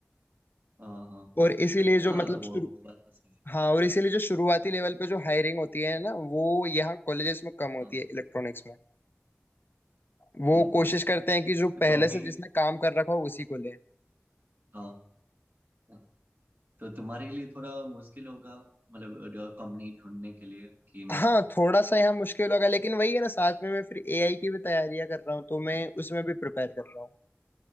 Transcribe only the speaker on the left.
और इसीलिए जो
मतलब
शुरू
हाँ और इसीलिए जो शुरुआती लेवल पे जो हायरिंग होती है ना वो यहाँ कॉलेजेस में कम होती
है इलेक्ट्रॉनिक्स में वो
कोशिश
करते हैं कि जो पहले
से जिसने काम कर रखा हो उसी को ले
हाँ थोड़ा सा यहाँ मुश्किल होगा लेकिन वही है ना साथ में मैं फिर एआई की भी तैयारियां कर रहा हूँ तो मैं उसमें भी प्रिपेयर कर रहा हूँ